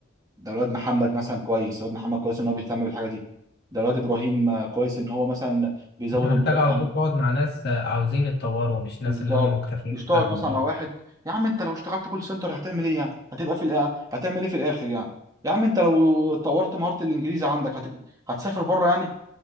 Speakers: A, on the right (about 15°); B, on the left (about 50°).
A: ده الواد محمد مثلا كويس الواد محمد كويس ان هو بيهتم بالحاجه دي ده الواد ابراهيم آه، كويس ان هو مثلا بيزود
B: انت محتاج
A: المواد
B: على طول تقعد مع ناس آه، عاوزين يتطوروا مش ناس
A: بالظبط
B: اللي هم مكتفيين
A: مش
B: بحالهم
A: تقعد مثلا
B: اه
A: مع واحد يا عم انت لو اشتغلت كول سنتر هتعمل ايه يعني هتبقى في الآ... هتعمل ايه في الاخر يعني يا عم انت لو طورت مهارة الانجليزي عندك هت... هتسافر بره يعني